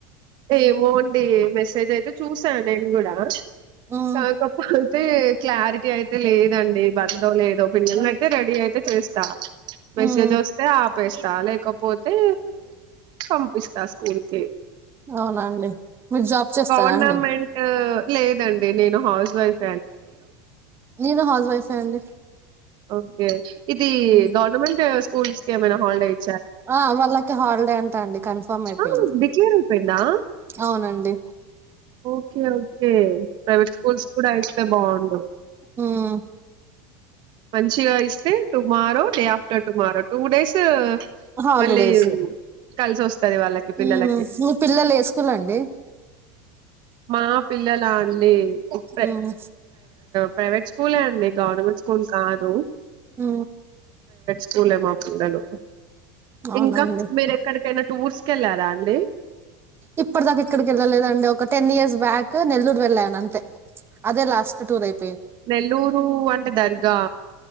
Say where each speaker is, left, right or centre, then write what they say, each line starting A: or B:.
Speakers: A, on the right; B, on the right.
A: ఏమో అండి డి మెసేజ్ అయితే చూసా నేను గూడా
B: ఉమ్
A: కాకపో తే క్లారిటీ అయితే లేదండి బందో లేదో పిల్లల్ని అయితే రెడీ అయితే చేస్తా మెస్సేజ్
B: ఉమ్
A: వస్తే ఆ పేస్తా లేకపోతే పంపిస్తా స్కూల్ కి
B: అవునా అండి మీరు జాబ్ చేస్తరా
A: గవర్నమెంట్
B: అండి
A: లేదండి నేను హౌస్ వైఫ్
B: నేను హౌస్ వైఫే అండి
A: ఓకే ఇది
B: ఉమ్
A: గవర్నమెంట్ స్కూల్స్ కి ఏమైనా హాలిడే ఇ
B: ఆ వాళ్ళకి హాలిడే అంటా అండి కన్ఫర్మ్ అయిపోయింది
A: ఆ! డిక్లేర్ అయిపోయిందా
B: అవునండి
A: ఓకే ఓకే ప్రైవేట్ స్కూల్స్ కూడా ఇేస్తే బాగుండు
B: ఉమ్
A: మంచిగా ఇస్తే tomorrow day after tomorrow two days
B: హాలిడేస్
A: మళ్ళీ కలిసి వస్తది వాళ్ళకి పిల్లలకి
B: ఊ మీ పిల్లలు ఏ స్కూల్ అండి
A: మా పిల్లల అండి <unintelligible>
B: ఉమ్
A: ప్రైవేట్ స్కూలే అండి గవర్నమెంట్ స్కూల్ కాదు
B: ఊ
A: చూళ్ళే మా పిల్లలు
B: అవునండి
A: ఇంకా మీరెక్కడికయినా ఎక్కడికైనా టూర్స్ కి ఇంకా మీరు ఎక్కడికైనా టూర్స్ కి వెళ్ళారా అండి
B: ఇప్పటి దాకా ఇక్కడికి వెళ్ళలేదండి ఒక టెన్ ఇయర్స్ బ్యాక్ నెల్లూరు వెళ్ళాను అంతే అదే లాస్ట్ టూర్ అయి
A: నెల్లూరు అంటే దర్గా